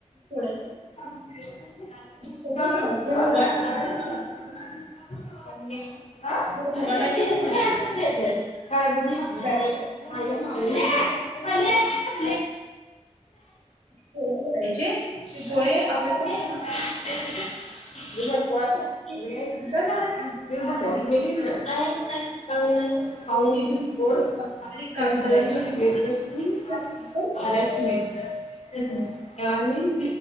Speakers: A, on the right (about 65°); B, on the left (about 65°).
A: थोड.
B: काय
A: करून थोडं मुगाड आणि
B: <unintelligible>
A: थोडं मुगाडाळीचं मिक्स करायचं बॅटर मिडियम गोळे करायचे.
B: न
A: ते गोळे आपल्याला स्टीम
B: <unintelligible>
A: करायचे
B: ह <unintelligible>
A: स्टीम केल्यानंतर बारीक
B: तु
A: बारीक
B: त म
A: स्टीम बारीक
B: <unintelligible>
A: बारीक काप
B: अ
A: करायचे
B: अअ
A: काप
B: अरस्टमेंट एवनी.